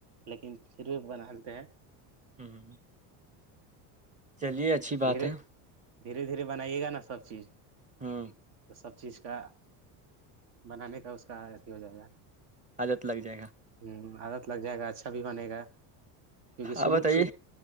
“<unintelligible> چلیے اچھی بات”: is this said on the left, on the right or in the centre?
Right